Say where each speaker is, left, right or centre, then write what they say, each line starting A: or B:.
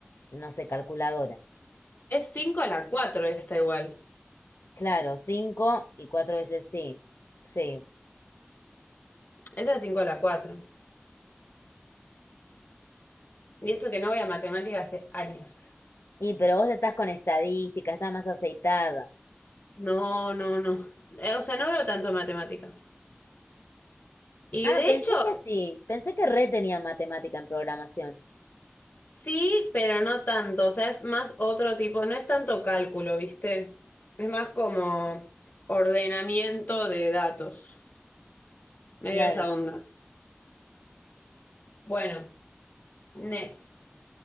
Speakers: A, on the left (about 75°); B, on the left (about 50°).
A: no sé, calculadora.
B: es 5 a la cuatro esta igual.
A: Claro, 5 y 4 veces sí. Sí.
B: Esa es cinco a la cuatro Y eso que no voy a matemática hace años.
A: Y pero vos estás con estadística, estás más aceitada.
B: No, no, no. Eh, O sea, no veo tanto matemática. Y
A: Ah,
B: de
A: pensé
B: hecho,
A: que sí, pensé que re tenía matemática en programación.
B: Sí, pero no tanto, o sea, es más otro tipo, no es tanto cálculo, ¿viste? Es más como ordenamiento de datos, medio
A: Claro,
B: esa onda. Bueno, next.